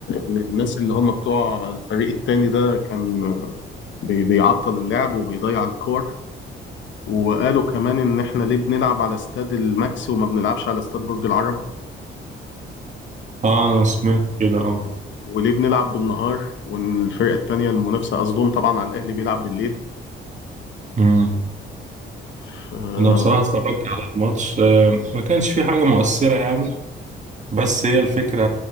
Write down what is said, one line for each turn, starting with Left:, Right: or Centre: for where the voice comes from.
Left: إن الناس اللي هم بتوع الفريق التاني ده كان بي- بيعطل اللعب وبيضيع الكور وقالوا كمان إن إحنا ليه بنلعب على استاد الماكس وما بنلعبش على استاد برج العرب
Right: آه، انا سمعت كده اه
Left: وليه بنلعب بالنهار وإن الفرقة التانية المنافسة قصدهم طبعا على الأهلي بيلعب بالليل
Right: أمم.
Left: ف-
Right: انا بصراحه اتفرجت على الماتش آه، ما كانش فيه حاجه مؤثره يعني بس هي الفكرة